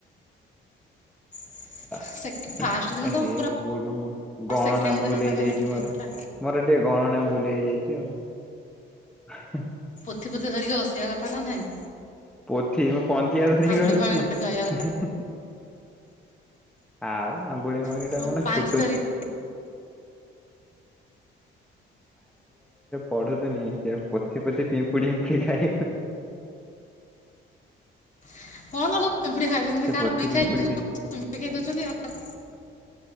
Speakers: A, on the left; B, in the centre.
A: <inaudible>
B: ଉହଁ
A: ଫାଷ୍ଟ ଦିନ
B: ଏହେ
A: ତ ପୁରା
B: ଭୁଲୁ ମୁଁ ଗଣନା
A: ସେକେଣ୍ଡ ଦିନଟା
B: ଭୁଲ ହେଇଯାଇଛି
A: ଯାହା ଟିକେ
B: ମୋରୋ
A: ହେଇଥିଲା
B: ମୋର ଟିକେ ଗଣନା। ଭୁଲ ହେଇ ଯାଇଛି ଆଉ, ହାଁ ହାଁ।
A: ଏଥିପତି ଧରିକି ହସିବା କଥା ନା ନାହିଁ।
B: ପୋଥି ମୁଁ ପଞ୍ଚିକା ଧରିବାକୁ
A: ଆଙ୍ଗୁଳି
B: ଆସ୍
A: ଫାଙ୍ଗୁଳି
B: ଛି
A: ଧରିକି ରହିବା
B: ହୁଁହୁଁ ହୁଁ। <unintelligible> ପାଂଜିୟ
A: କଥା
B: ବର୍ଷ
A: ପାଞ୍ଜି ଧରିକି
B: ପଢୁଥିନି ଯେଉଁ ପୋଥିପୋତି ପିମ୍ପୁଡ଼ିିହିମ୍ପୁଡି ଖାଇ <unintelligible>
A: <unintelligible> ଚିମ୍ପୁଡି ଖାଇଦୌଛନ୍ତି
B: ସେ
A: କାହାର
B: ପୋଥି
A: <unintelligible>
B: ପିମ୍ପୁଡି ଖାଇ
A: <unintelligible> <unintelligible> ଖାଇଦୌଛନ୍ତି ଆଉ।